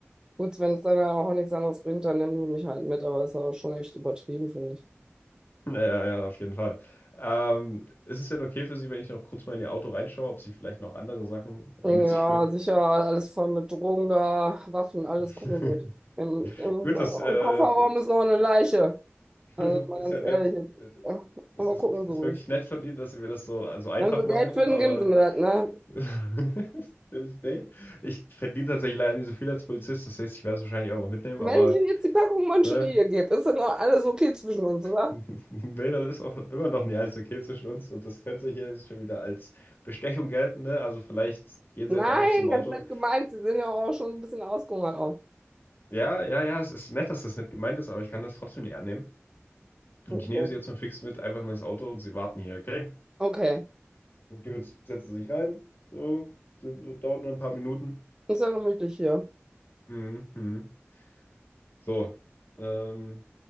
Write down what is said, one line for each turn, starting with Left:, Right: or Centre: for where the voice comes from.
Right: gut, wenn es dann auch nichts anderes bringt, dann nehmen sie mich halt mit, aber ist auch schon echt übertrieben, finde ich.
Left: Ja, ja, ja, auf jeden Fall. Ähm, ist es denn okay für Sie, wenn ich noch kurz mal in Ihr Auto reinschaue, ob Sie vielleicht noch andere Sachen
Right: Ja,
Left: äh, mit sich führen?
Right: sicher, alles voll mit Drogen da, Waffen, alles
Left: <laughs>
Right: gucken gut. Im, im,
Left: Gut,
Right: im
Left: das äh,
Right: Kofferraum ist noch eine Leiche.
Left: <laughs>
Right: Also
Left: Das
Right: mal ganz
Left: ist ja nett.
Right: ehrlich, jetzt, äh,
Left: Es
Right: aber
Left: ist,
Right: gucken
Left: es
Right: Sie
Left: ist
Right: ruhig.
Left: wirklich nett von Ihnen, dass Sie mir das so, so einfach
Right: Wenn Sie
Left: machen,
Right: Geld finden,
Left: aber
Right: geben Sie mir das, ne?
Left: <laughs> nee, ich verdiene tatsächlich leider nicht so viel als Polizist, das heißt, ich werde es wahrscheinlich auch mitnehmen,
Right: Wenn
Left: aber
Right: ich Ihnen jetzt die Packung Mancherie
Left: ne,
Right: gebe, ist dann noch alles okay zwischen uns, oder?
Left: <laughs> nee, das ist auch immer noch nicht alles okay zwischen uns und das könnte hier jetzt schon wieder als Bestechung gelten, ne? Also vielleicht gehen
Right: Nein,
Left: Sie jetzt einfach zu dem Auto.
Right: ganz nett gemeint, Sie sehen ja auch schon ein bisschen ausgehungert aus.
Left: Ja, ja, ja, es ist nett, dass das nicht gemeint ist, aber ich kann das trotzdem nicht annehmen. Und
Right: Okay,
Left: ich nehme Sie jetzt mal fix mit, einfach in das Auto und Sie warten hier, okay?
Right: okay.
Left: Und Jules setzte sich rein. So, sind, dauert nur ein paar Minuten.
Right: ist ja gemütlich hier.
Left: Mhm. So, ähm,